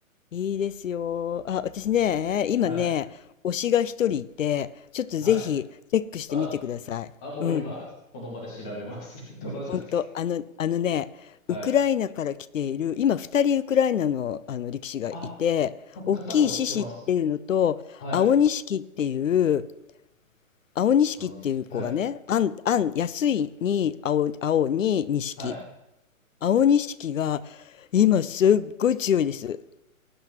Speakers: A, on the left; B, in the centre.
A: いいですよ。あ、私ね、今ね、
B: はい、
A: 推しが一人いて、ちょっとぜひチェックしてみてください。
B: はい。あ、あ、もう今、
A: うん。
B: この場で調べます。<laughs> どなたですか
A: ほんと、あの、あのね、
B: はい。
A: ウクライナから来ている、今2人ウクライナの、あの力士がいて、
B: あ、多分片方知ってます。
A: 大きい獅子っていうのと、
B: はい。
A: 青錦っていう、青錦っていう子がね、
B: 青西。はい。
A: あん、あん、安いに青、青に錦。
B: はい。
A: 青錦が今すっごい強いです。